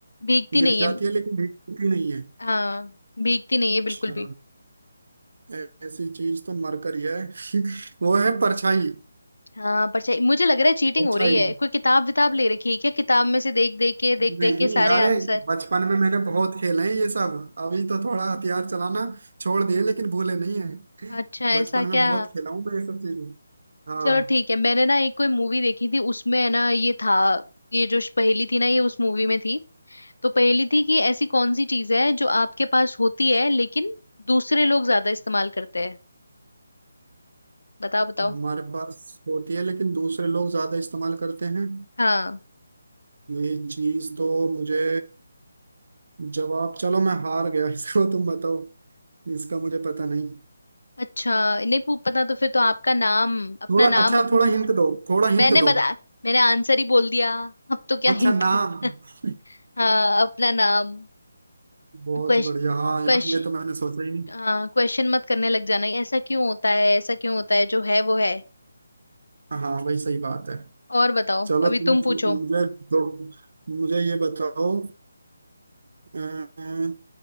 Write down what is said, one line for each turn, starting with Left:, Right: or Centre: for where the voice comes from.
Left: भीगती
Right: गिर
Left: नहीं
Right: जाती
Left: है
Right: है लेकिन भीगती नहीं है
Left: हाँ भीगती नहीं
Right: अच्छा
Left: है बिल्कुल भी
Right: ऐ- ऐसी चीज तो मरकरी है <laughs> वो है परछाई
Left: हाँ परछाई मुझे लग रहा है चीटिंग
Right: परछाई
Left: हो रही है कोई किताब विताब ले रखी है क्या किताब में से देख देख के देख
Right: नहीं
Left: देख के सारे
Right: अरे
Left: आंसर
Right: बचपन में मैंने बहुत खेले हैं ये सब अभी तो थोड़ा हथियार चलाना छोड़ दिए लेकिन भूले नहीं है
Left: अच्छा
Right: बचपन
Left: ऐसा क्या
Right: में बहुत खेला हूँ मैं ये सब चीजें हाँ
Left: चलो ठीक है मैंने ना एक कोई मूवी देखी थी उसमें है ना ये था ये जो पहेली थी ना ये उस मूवी में थी तो पहेली थी कि ऐसी कौन सी चीज है जो आपके पास होती है लेकिन दूसरे लोग ज्यादा इस्तेमाल करते हैं बताओ बताओ
Right: हमारे पास होती है लेकिन दूसरे लोग ज्यादा इस्तेमाल करते हैं
Left: हाँ
Right: ये चीज तो मुझे जवाब चलो मैं हार गया इसको तुम बताओ इसका मुझे पता नहीं
Left: अच्छा नहीं पू- पता तो फिर तो आपका नाम अपना
Right: थोड़ा
Left: नाम
Right: अच्छा
Left: अपने
Right: थोड़ा हिंट दो थोड़ा हिंट
Left: मैंने
Right: दो
Left: बता मैंने आंसर ही बोल दिया अब तो क्या
Right: अच्छा
Left: हिंट
Right: नाम
Left: है <laughs>
Right: <laughs>
Left: हाँ अपना नाम
Right: बहुत
Left: Question
Right: बढ़िया हाँ यार
Left: question
Right: ये तो मैंने सोचा ही नहीं
Left: हाँ क्वेश्चन मत करने लग जाना ऐसा क्यों होता है ऐसा क्यों होता है जो है वो है
Right: हाँ भाई सही बात है
Left: और बताओ
Right: चलो
Left: अभी
Right: तुम
Left: तुम पूछो
Right: मुझे तो मुझे ये बताओ अ,